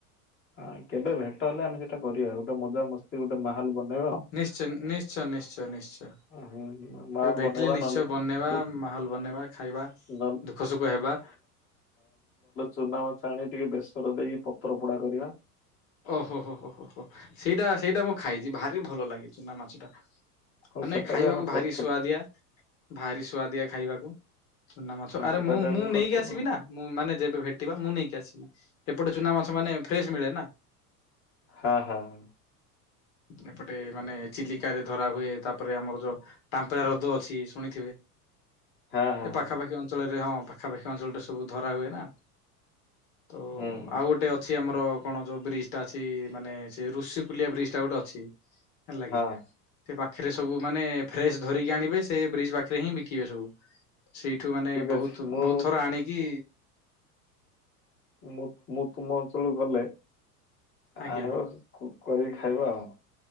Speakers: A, on the left (about 25°); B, on the left (about 55°).
A: ହଁ କେବେ ଭେଟ ହେଲେ ଆମେ ସେଇଟା କରିବା ଗୋଟେ ମଜାମସ୍ତି ଗୋଟେ ମାହାଲ ବନେଇବା ଆଉ।
B: ନିଶ୍ଚୟ, ନିଶ୍ଚୟ, ନିଶ୍ଚୟ, ନିଶ୍ଚୟ। କେବେ
A: ହୁଁ ହୁଁ ମାଲ
B: ଭେଟିଲେ
A: ବନେଇବା
B: ନିଶ୍ଚୟ
A: ନହେଲେ
B: ବନେଇବା
A: ଯୋଉ
B: ମାହୋଲ ବନେଇବା ଖାଇବା।
A: ନ
B: ଦୁଃଖ ସୁଖ ହେବା
A: ଚୁନାମାଛ ଆଣି ଟିକେ ବେସର ଦେଇକି ପତ୍ର ପୋଡା କରିବା।
B: ଓହୋ ହୋ ଓୋ ହୋ ହୋ ସେଇଟା ସେଇଟା ମୁଁ ଖାଇଛି ଭାରି ଭଲ ଲାଗିଛି ନା ମାଛଟା।
A: ହଁ
B: ମାନେ
A: ସେଟା
B: ଖାଇବାକୁ
A: ବି ଆମେ କରିଥିଲୁ
B: ଭାରି ସୁଆଦିଆ, ଭାରି ସୁଆଦିଆ ଖାଇବାକୁ। ଚୁନା ମାସ ଆରେ
A: ସେଟା
B: ମୁଁ
A: ବି ଆମେ
B: ମୁଁ
A: କରିଥିଲୁ।
B: ନେଇକି ଆସିବି ନା। ମୁଁ ମାନେ ଯେବେ ଭେଟିବା ମୁଁ ନେଇକି ଆସିବି। ଏପଟେ ଚୁନା ମାସ ମାନେ ଫ୍ରେଶ ମିଳେ ନା।
A: ହଁ ହଁ।
B: ଏପଟେ ମାନେ ଚିଲିକରେ ଧରା ହୁଏ ତାପରେ ଆମର ଯୋଉ- ତାମ୍ପେରା ର୍ରଦ ଅଛି ଶୁଣିଥିବେ।
A: ହଁ ହଁ
B: ଏ ପାଖାପାଖି
A: ହଁ ହଁ
B: ଅଞ୍ଚଳରେ ହଁ ପାଖାପାଖି ଅଞ୍ଚଳରେ ସବୁ ଧରା ହୁଏ ନା। ତ
A: ହୁଁ ହୁଁ
B: ଆଉ ଗୋଟେ ଅଛି ଆମର କଣ ଯୋଉ ବ୍ରିଜ୍ ଟା ଅଛି ମାନେ ସେ ଋଷି କଲିଆ ବ୍ରିଜ୍ ଟା ଗୋଟେ ଅଛି ହେଲା
A: ହଁ।
B: କିି। ସେ ପାଖରେ ସବୁ ମାନେ ଫ୍ରେସ୍ ଧରିକି ଆଣିବେ ସେ ବ୍ରିଜ୍ ପାଖରେ ହିଁ ବିକିବେ ସବୁ। ସେଇଠୁ ମାନେ
A: ଠିକ
B: ବହୁତ
A: ଅଛି ମୁଁ
B: ବୋହୁତ୍ ଥର ଆଣିକି
A: ମୁଁ ମୁଁ ତୁମ ଅଞ୍ଚଳକୁ ଗଲେ
B: ଆଜ୍ଞା
A: ଆଣିବ କରିକି ଖାଇବା ଆଉ।